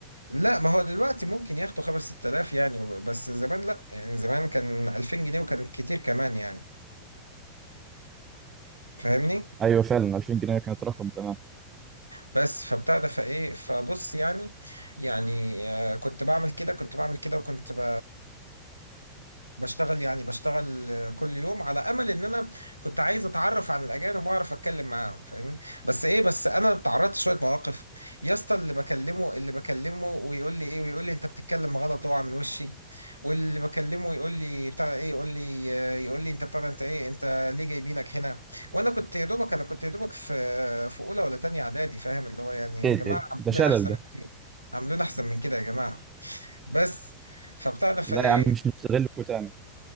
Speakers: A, on the right; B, on the right.
A: لا ما هو دلوقتي ممكن ياخدوا 5 6000 يعني وب- بس زمان لا يعني زمان كان 2000 جنيه وكان كتير كمان يعني فاهمني
B: ايوه فعلا 2000 جنيه كانت رقم زمان
A: بس فابتدى فايه فبص يعني يعني آه كنت بعمل كده كنت بعمل كده وكنت ب... بشتغل يعني بشتغل كل يوم على امل ان انا كنت عايز اتعرف عن الاجانب واعرف اتكلم معاهم فاهمني بس ايه بس انا اتعرضت شويه مواقف يا اسطى اللي بكلمه اللي بكلمه ويقول لي ايه ويقول لي انت بتتكلم غلط اوعى من وشي واللي بكلمه يقول لي بتاع ايه يقول لي يقول لي انت بتاع ده، انت ايه انت ليه جايبينك هنا وانا كنت يا دوبك انا كنت يا دوبك في في اولى ولا تانية اعدادي فاهم اللي هو يعني
B: ايه
A: يا جماعه
B: ده إيه ده
A: عاملين
B: ده شلل
A: احسن
B: ده
A: من كده عاملين احسن من كده يا جماعه بس فبتاع ده فايه
B: لا يا عم مش مستغلكوا تاني